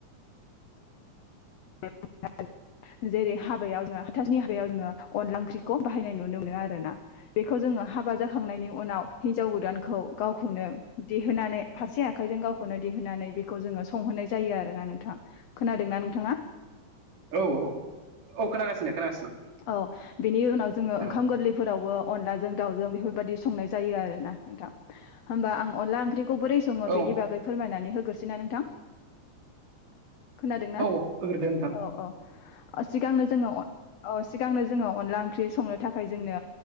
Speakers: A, on the left (about 60°); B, on the right (about 85°).
A: <unintelligible> <unintelligible> जेरै हाबायाव जोङो हाथासुनि हाबायाव जोङो अनला ओंख्रिखौ बाहायनाय नुनो मोनो आरो ना बेखौ जोङो हाबा जाखांनायनि उनाव हिनजाव गोदानखौ गावखौनो देहोनानै फारसे आखाइजों गावखौनो बिदि होनानै बेखौ जोङो संहोनाय जायो आरो ना नोंथां खोनादों न नोंथाङा
B: औ औ औ खोनागासिनो खोनागासिनो
A: औ बिनि उनाव जोङो
B: औ
A: ओंखाम गोरलैफोरावबो अनलाजों दाउजों बेफोर बादि संनाय जायो आरोना नोंथां होमबा आं अनला ओंख्रिखौ बोरै सङो
B: औ
A: बेनि बागै फोरमनानै हो ना नोंथां खोनादों ना?
B: औ होग्रोदो नोंथां
A: औ औ सिगांनो जोंङो औ सिगांनो जोंङो अनला ओंख्रि संनो थाखाय जोंनो